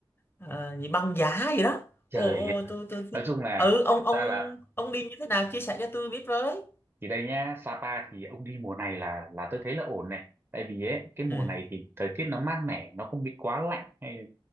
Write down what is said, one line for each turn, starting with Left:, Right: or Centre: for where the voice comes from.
Left: à, gì băng giá gì đó.
Right: trời
Left: Ồ ồ tôi tôi thích.
Right: nói chung là
Left: Ừ ông
Right: thật
Left: ông
Right: ra là
Left: ông đi như thế nào chia sẻ cho tôi biết với.
Right: thì đây nhá Sapa thì ông đi mùa này là là tôi thấy là ổn này tại vì ấy cái mùa
Left: Ừ
Right: này thì thời tiết nó mát mẻ nó không bị quá lạnh hay